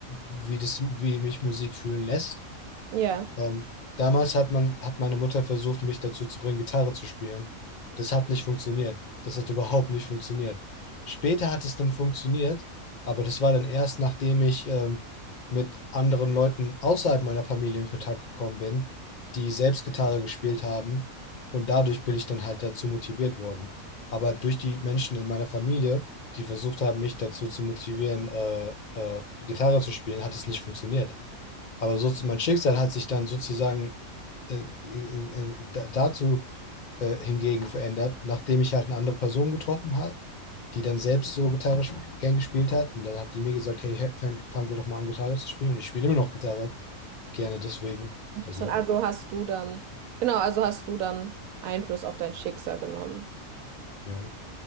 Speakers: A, on the left; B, on the right.
A: wie das, wie mich Musik fühlen lässt.
B: Ja.
A: Ähm, damals hat man, hat meine Mutter versucht, mich dazu zu bringen, Gitarre zu spielen. Das hat nicht funktioniert. Das hat überhaupt nicht funktioniert. Später hat es dann funktioniert, aber das war dann erst, nachdem ich ähm, mit anderen Leuten außerhalb meiner Familie in Kontakt gekommen bin, die selbst Gitarre gespielt haben. Und dadurch bin ich dann halt dazu motiviert worden. Aber durch die Menschen in meiner Familie, die versucht haben, mich dazu zu motivieren, äh, äh, Gitarre zu spielen, hat es nicht funktioniert. Aber so mein Schicksal hat sich dann sozusagen äh, äh, äh, da- dazu äh, hingegen verändert, nachdem ich halt eine andere Person getroffen habe, die dann selbst so Gitarre sp- gern gespielt hat. Und dann hat die mir gesagt, hey, hey, fang, fang du doch mal an, Gitarre zu spielen. Und ich spiele immer noch Gitarre gerne deswegen.
B: Interessant.
A: Also,
B: Also hast du dann, genau, also hast du dann Einfluss auf dein Schicksal genommen.
A: ja.